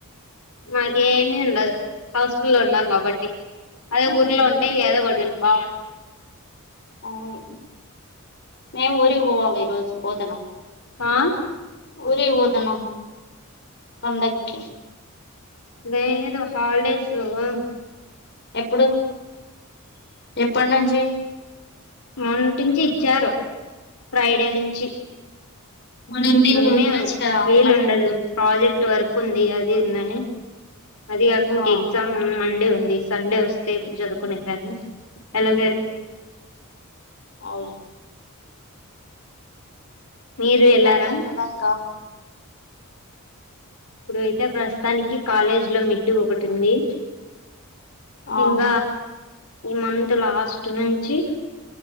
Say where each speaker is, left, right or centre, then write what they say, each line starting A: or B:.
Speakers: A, on the left; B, on the left.
A: నాకేమి ఉండదు హాస్టల్ల్లో ఉన్నాం కాబట్టి అదే ఊర్లో
B: ఉమ్,
A: ఉంటే ఎదో పడిను బా
B: అవును మేం వూరికి బొవాలే ఈరోజు పోతనం
A: ఆ
B: ఒరిక్ వోతానం పండక్కి
A: లేేదు హాలిడేసు అ
B: ఎప్పుడు ఎప్పడ్నుంచి
A: మొన్నటించి ఇచ్చారు ఫ్రైడే నుంచి
B: మన ఇంటికి
A: ఇ
B: వెళ్ళొచ్చు
A: నిలు
B: కదా
A: వీలు
B: పండక్కి
A: ఉండదు ప్రాజెక్ట్ వర్క్ ఉంది అది ఉందని అది కాక ఇంక
B: ఆ
A: ఎగ్జామ్ ఉన్ మన్ డి ఉంది సండే వస్తే అప్పుడు చదుకునేకి కానీ అలా లేద్
B: అవులా
A: మీరు
B: ఎగ్జామ్స్
A: ఎలారా
B: అయిపోయినంకా
A: ఇప్పుడైతే ప్రస్తుతానికి కాలేజీ లో మిడ్డు ఒకటి ఉంది
B: ఆ
A: ఇంగ ఈ మంత్ లాస్ట్ నుంచి